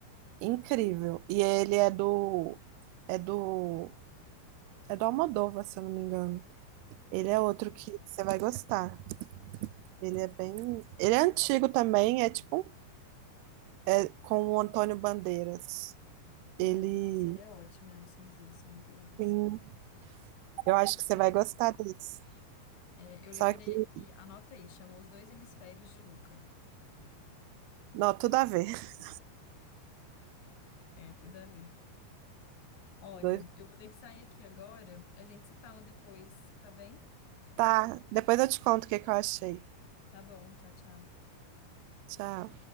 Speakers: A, on the right; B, on the left.
A: incrível. E ele é do é do é do Almodóvar, se eu não me engano. Ele
B: Hum,
A: é outro que você vai gostar. Ele é bem, ele é antigo também, é tipo um É, com o Antônio Bandeiras.
B: hum,
A: Ele,
B: Nossa, ele é ótimo, né? Os filmes dele são muito bons.
A: sim, eu acho que você
B: Eu
A: vai
B: le-
A: gostar disso.
B: É, eu
A: Só
B: lembrei
A: que,
B: aqui, anota aí, chamou Os Dois Hemisférios de Luca.
A: não, tudo a ver. <laughs>
B: É, tudo a ver. Olha,
A: Os dois.
B: eu vou ter que sair aqui agora, a gente se fala depois, tá bem?
A: Tá, depois eu te conto o que que eu achei.
B: Tá bom, tchau, tchau.
A: Tchau.